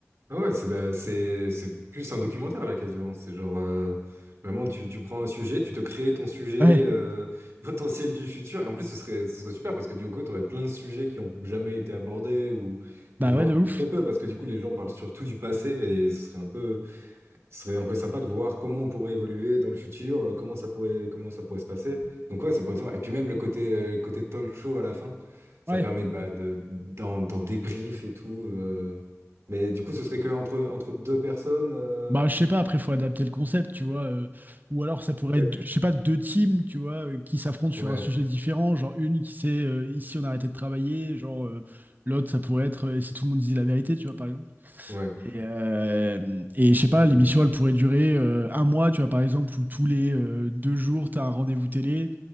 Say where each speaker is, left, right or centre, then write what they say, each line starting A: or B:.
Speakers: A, on the right; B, on the right.
A: Ah ouais, c'est bah, c'est c'est plus un documentaire là quasiment. C'est genre euh, vraiment tu, tu prends un sujet, tu te crées ton sujet
B: Ouais,
A: euh, potentiel du futur. Et en plus, ce serait ce serait super parce que du coup, tu aurais plein de sujets qui ont jamais été abordés ou
B: bah
A: ou genre
B: ouais, de ouf.
A: très peu parce que du coup, les gens parlent surtout du passé et ce serait un peu Ce serait un peu sympa de voir comment on pourrait évoluer dans le futur, euh, comment ça pourrait, comment ça pourrait se passer. Donc ouais, ça pourrait être sympa. Et puis même le côté, euh, le côté talk show à la fin, ça
B: Ouais.
A: permet de, bah, de- d'en, d'en débrief et tout. euh. Mais du coup, ce serait que entre, entre deux personnes, euh,
B: Bah, je sais pas, après, faut adapter le concept, tu vois. euh, ou alors, ça pourrait
A: peut-être.
B: être, deux- je sais pas, deux teams, tu vois, euh, qui s'affrontent sur
A: Ouais,
B: un sujet différent. Genre, une qui sait, euh, ici, on a arrêté de travailler. Genre, euh, l'autre, ça pourrait être, euh, si tout le monde disait la vérité, tu vois, par exemple.
A: ouais,
B: Et, euh, et je sais pas,
A: ouais,
B: l'émission, elle pourrait durer euh, un mois, tu vois, par exemple, où tous les euh, deux jours, t'as un rendez-vous télé.